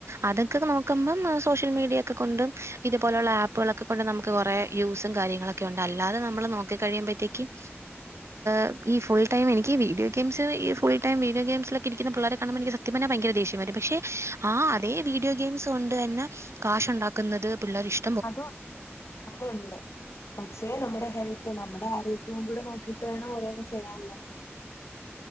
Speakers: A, on the right; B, on the left.
A: അതക്കെ നോക്കുമ്പം ആഹ് സോഷ്യൽ മീഡിയക്കെകൊണ്ടും ഇതുപോലുള്ള ആപ്പുകളൊക്കെ കൊണ്ടും നമുക്ക് കൊറേ യൂസും കാര്യങ്ങളൊക്ക് ക്കെയുണ്ട് അല്ലാതെ നമ്മള് നോക്കി കഴിയുമ്പഴത്തേക്കും എപ്പ്‌ ഈ ഫുൾടൈം എനിക്കീ വീഡിയോഗെയിംസ് ഈ ഫുൾടൈം വീഡിയോഗെയിംസിലക്കെയിരിക്ക്ന്ന പിള്ളാരെ കാണുമ്പോ എനിക്ക് സത്യം പറഞ്ഞാ ഭയങ്കര ദേഷ്യം വരും പക്ഷെ ആഹ് അതേ വീഡിയോഗെയിംസ് കൊണ്ട് തന്നെ കാശ് ഒണ്ടാക്കുന്നത് പിള്ളേര്ഷ
B: അതൊൺ അതൊണ്ട് പക്ഷെ നമ്മടെ ഹെൽത്ത് നമ്മടെ ആരോഗ്യോം കൂടെ നോക്കിയിട്ട് വേണം ഓരോന്ന് ചെയ്യാൻല്ലേ